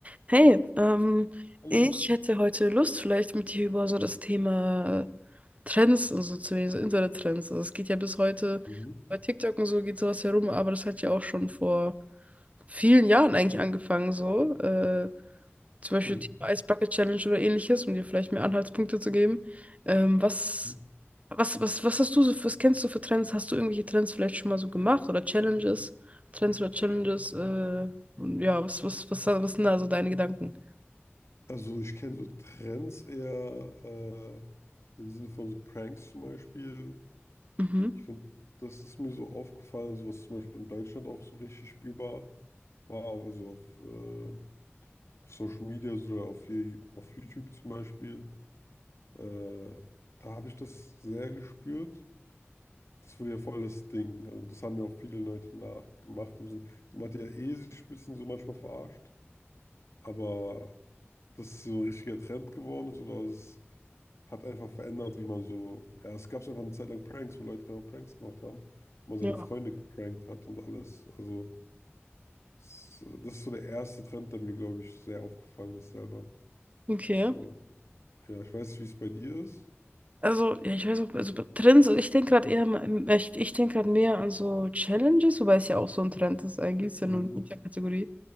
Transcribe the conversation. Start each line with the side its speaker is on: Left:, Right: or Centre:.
Right: Hey, ähm,
Left: Hallo.
Right: ich hätte heute Lust, vielleicht mit dir über so das Thema Trends und so zu reden, so Internet-Trends. Also es geht ja bis heute,
Left: Mhm.
Right: bei TikTok und so geht sowas herum, aber das hat ja auch schon vor vielen Jahren eigentlich angefangen, so. Äh, zum
Left: Mhm.
Right: Beispiel die Ice Bucket Challenge oder ähnliches, um dir vielleicht mehr Anhaltspunkte zu geben. Ähm, was,
Left: Mhm.
Right: was, was, was hast du so, was kennst du für Trends? Hast du irgendwelche Trends vielleicht schon mal so gemacht oder Challenges? Trends oder Challenges? Äh, ja, was, was, was, was sind da so deine Gedanken?
Left: Also ich kenne so Trends eher äh, im Sinne von so Pranks zum Beispiel.
Right: Mhm.
Left: Ich finde, das ist mir so aufgefallen, so was zum Beispiel in Deutschland auch so richtig spürbar war, aber so auf, äh, auf Social Media so oder auf, je- auf YouTube zum Beispiel. Äh, da habe ich das sehr gespürt. Das wurde ja voll das Ding. Also das haben ja auch viele Leute nachgemacht. Also man hat ja eh sich ein bisschen so manchmal verarscht, aber dass es so ein richtiger Trend geworden ist oder es hat einfach verändert, wie man so, ja, es gab einfach eine Zeit lang Pranks, wo Leute einfach Pranks gemacht haben, wo man
Right: Ja.
Left: seine Freunde geprankt hat und alles. Also, es, das ist so der erste Trend, der mir, glaube ich, sehr aufgefallen ist selber.
Right: Okay.
Left: So, ja, ich weiß nicht, wie es bei dir ist.
Right: Also, ja, ich weiß auch, also bei Trends, ich denke gerade eher, mal- ähm, ich, ich denke gerade mehr an so Challenges, wobei es ja auch so ein Trend ist, eigentlich ist ja
Left: Mhm.
Right: nur eine Kategorie.